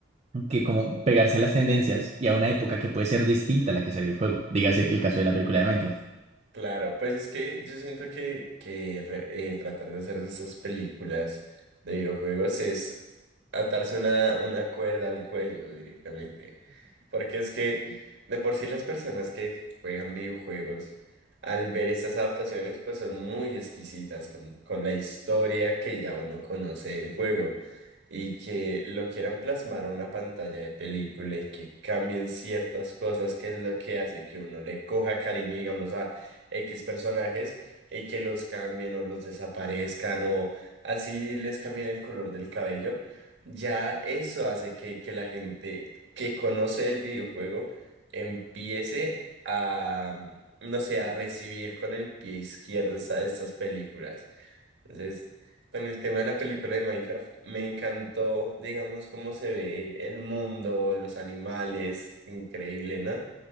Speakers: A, on the right; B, on the right.
A: que como pegarse a las tendencias y a una época que puede ser distinta a la que salió el juego. Dígase el caso de la película de Minecraft.
B: Claro, pues es que yo siento que, que re- eh, tratar de hacer de estas películas de videojuegos es atarse una, una cuerda al cuello directamente. Porque es que de por sí las personas que juegan videojuegos, al ver estas adaptaciones, pues son muy exquisitas con, con la historia que ya uno conoce del juego. Y que lo quieran plasmar a una pantalla de película y que cambien ciertas cosas, que es lo que hace que uno le coja cariño, digamos, X personajes y que los cambien o los desaparezcan o así les cambien el color del cabello, ya eso hace que, que la gente que conoce el videojuego empiece a, no sé, a recibir con el pie izquierdo esta- estas películas. Entonces, con el tema de la película de Minecraft, me encantó, digamos, cómo se ve el mundo, los animales, increíble, ¿no?